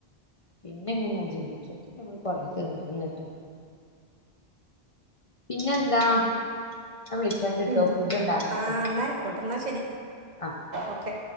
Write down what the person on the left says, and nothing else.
പിന്നങ്ങനെ ഞാൻ ചിന്തിച്ച് നോക്കി എന്താപ്പ നമ്മള് കൊറേ ത് ന്നാതിര്ന്ന്ട്ട്. പിന്നെന്താ ഞാൻ വിളിക്കണ്ടിട്ടോ
ഫുഡ് ഉണ്ടാക്കട്ടെ
ആഹ്